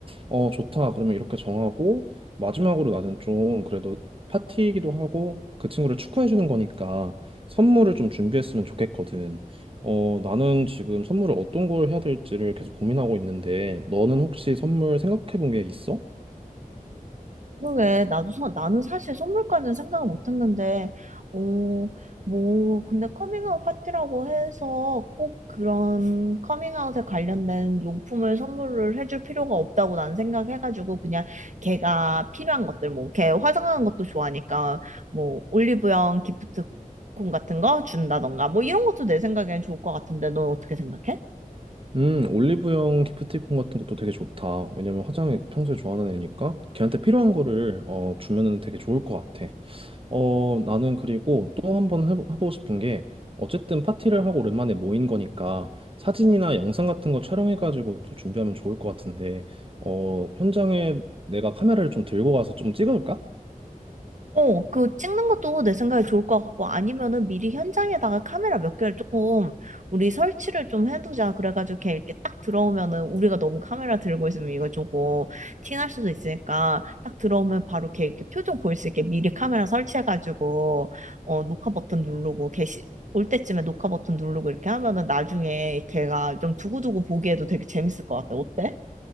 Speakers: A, on the right (about 40°); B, on the right (about 55°).
A: 어, 좋다. 그러면 이렇게 정하고, 마지막으로 나는 좀 그래도 파티이기도 하고, 그 친구를 축하해주는 거니까 선물을 좀 준비했으면 좋겠거든. 어, 나는 지금 선물을 어떤 걸 해야 될지를 계속 고민하고 있는데, 너는 혹시 선물 생각해 본 게 있어?
B: 그러게, 나도, 사- 나는 사실 선물까지는 생각을 못 했는데, 어, 뭐, 근데 커밍아웃 파티라고 해서 꼭 그런 커밍아웃에 관련된 용품을 선물을 해줄 필요가 없다고 난 생각해가지고, 그냥 걔가 필요한 것들, 뭐, 걔 화장하는 것도 좋아하니까, 뭐, 올리브영 기프트콘 같은 거 준다던가, 뭐, 이런 것도 내 생각엔 좋을 것 같은데, 넌 어떻게 생각해?
A: 음, 올리브영 기프티콘 같은 것도 되게 좋다. 왜냐면 화장이 평소에 좋아하는 애니까 걔한테 필요한 거를 어, 주면은 되게 좋을 것 같아. 어, 나는 그리고 또 한 번 해보, 해보고 싶은 게, 어쨌든 파티를 하고 오랜만에 모인 거니까 사진이나 영상 같은 거 촬영해가지고 또 준비하면 좋을 것 같은데, 어, 현장에 내가 카메라를 좀 들고 가서 좀 찍어줄까?
B: 어, 그 찍는 것도 내 생각에 좋을 것 같고 아니면은 미리 현장에다가 카메라 몇 개를 조금 우리 설치를 좀 해두자. 그래가지고 걔 이렇게 딱 들어오면은 우리가 너무 카메라 들고 있으면 이거 조금 티날 수도 있으니까 딱 들어오면 바로 걔 이렇게 표정 보일 수 있게 미리 카메라 설치해가지고 어, 녹화 버튼 누르고 걔 시- 올 때쯤에 녹화 버튼 누르고 이렇게 하면은 나중에 걔가 좀 두고두고 보기에도 되게 재밌을 것 같아. 어때?